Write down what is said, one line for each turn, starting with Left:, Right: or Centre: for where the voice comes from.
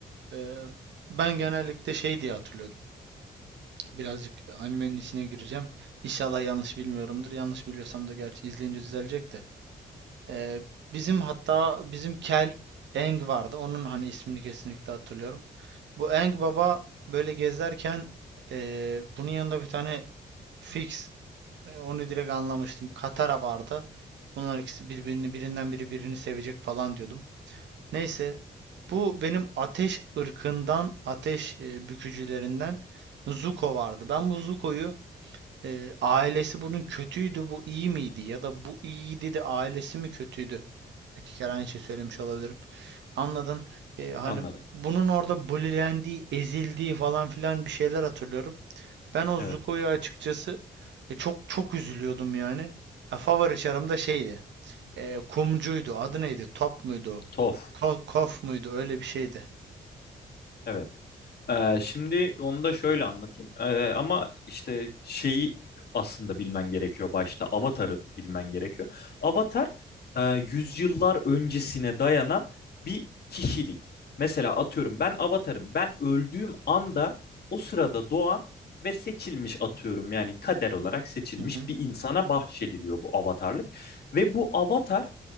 Right: Ee, ben genellikle şey diye hatırlıyordum. Birazcık animenin içine gireceğim. İnşallah yanlış bilmiyorumdur. Yanlış biliyorsam da gerçi izleyince düzelecek de. Ee, bizim hatta bizim Kel Aang vardı. Onun hani ismini kesinlikle hatırlıyorum. Bu Aang baba böyle gezerken ee, bunun yanında bir tane Fix e, Onu direkt anlamıştım. Katara vardı. Bunlar ikisi birbirini birinden biri birini sevecek falan diyordum. Neyse bu benim ateş ırkından ateş e, bükücülerinden Zuko vardı. Ben bu Zuko'yu e, ailesi bunun kötüydü bu iyi miydi ya da bu iyiydi de ailesi mi kötüydü? İki kere aynı şey söylemiş olabilirim. Anladın? E, hani
Left: anladım.
Right: bunun orada bulilendiği, ezildiği falan filan bir şeyler hatırlıyorum. Ben o
Left: Evet.
Right: Zuko'yu açıkçası e, çok çok üzülüyordum yani. Ya, favori çarım da şeydi. E, kumcuydu. Adı neydi? Top muydu?
Left: Tof.
Right: Ko kof muydu? Öyle bir şeydi.
Left: Evet. Ee, şimdi onu da şöyle anlatayım. Ee, ama işte şeyi aslında bilmen gerekiyor başta. Avatar'ı bilmen gerekiyor. Avatar e, yüzyıllar öncesine dayanan bir kişilik. Mesela atıyorum ben Avatar'ım. Ben öldüğüm anda o sırada doğan ve seçilmiş atıyorum yani kader olarak seçilmiş
Right: Hı hı.
Left: bir insana bahşediliyor bu avatarlık. Ve bu avatar